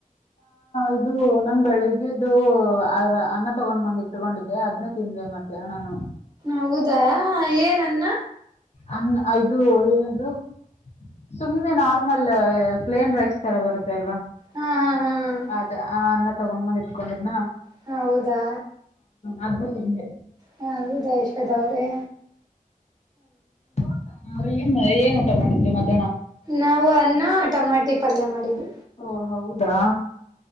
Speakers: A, on the left (about 50°); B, on the right (about 25°).
A: ಇದು ನನ್ ಬೆಳಿಗ್ಗೆ ಅನ್ನ ತಗೊಂಡ್ ಬಂದ ಇಟ್ಕೊಂಡಿದ್ದೆ ಅದ್ನ್ನೇ ತಿಂದೆ ಮಧ್ಯಾಹ್ನನು
B: ಹೌದಾ ಏನನ್ನ
A: ಅನ್ ದು ಏನದು ಸುಮಮ್ಮನೆ ನಾರ್ಮಲ್ ಪ್ಲೇನ್ ರೈಸ್ ತರ ಬರುತ್ತೆ ಅಲ್ವಾ
B: ಹಾ ಹಾ ಹಾ
A: ಅದೇ ಆ ತಗೊಂಡ್ಂದ ಇಟ್ಕೊಂಡಿದ್
B: ಹ ಹೌದಾ
A: ಅದ್ನ ತಿಂದೆ.
B: ಹ ಹೌದಾ ಎಷ್ಟದ ಅವ್ರೆ
A: ಹ ಮಳೆ ಏನು ಮಾಡಿದ್ರಿ ಮತ್ತೆ
B: ನಾವು ಅನ್ನ ಟಮಾಟಿ ಪಲ್ಯ ಮಾಡಿದ್ದು
A: ಓ ಹೌದಾ